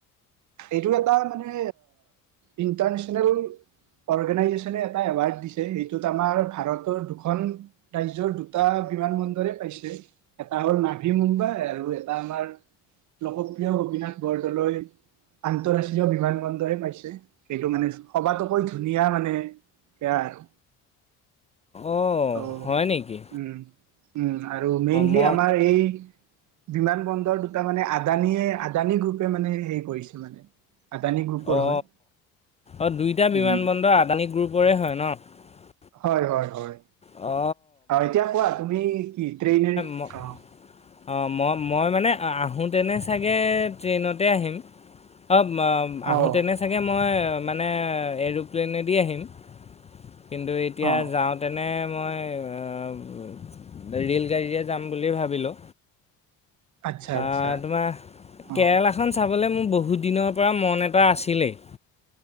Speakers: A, on the right; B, on the left.
A: এইটো এটা মানে ইণ্টাৰনেচনেল অৰ্গেনাইজেচনে এটা এৱাৰ্ড দিছে। সেইটোত আমাৰ ভাৰতৰ দুখন ৰাজ্যৰ দুটা বিমান বন্দৰে পাইছে। এটা হ'ল নাভি মুম্বাই আৰু এটা আমাৰ লোকপ্ৰিয় গোপীনাথ বৰদলৈ আন্তৰাষ্ট্ৰীয় বিমান বন্দৰে পাইছে। সেইটো মানে সবাতোকৈ ধুনীয়া মানে সেয়া আৰু।
B: অঁ
A: অ ও
B: হয় নেকি
A: - ও আৰু মেইনলি
B: ম
A: আমাৰ এই বিমান বন্দৰ দুটা মানে আদানীয়ে আদানী গ্ৰুপে মানে হেৰি কৰিছে। সেটু মানে আদানী গ্ৰুপৰ
B: অ,
A: হয়
B: অ দুইটা
A: উম,
B: বিমানবন্দৰ আদানী গ্ৰুপৰে হয় ন?
A: হয়। হয়। হয়।
B: অ।
A: আহ এতিয়া কোৱা তুমি কি ট্ৰেইনে
B: ম-
A: আহ
B: অঁ মই মই মানে আহোঁতেনে চাগৈ ট্ৰেইনতে আহিম। অ আহোঁতেনে
A: অ',
B: চাগে মই মানে এৰ'প্লেনেদি আহিম। কিন্তু এতিয়া
A: অ',
B: যাওঁতেনে মই ৰে'ল গাড়ীৰে যাম বুলিয়ে ভাবিলোঁ।
A: আচ্ছা,
B: অ,
A: আচ্ছা,
B: তোমাৰ
A: অ',
B: কেৰেলাখন চাব মোৰ বহুত দিনৰ পৰা মন এটা আছিলেই।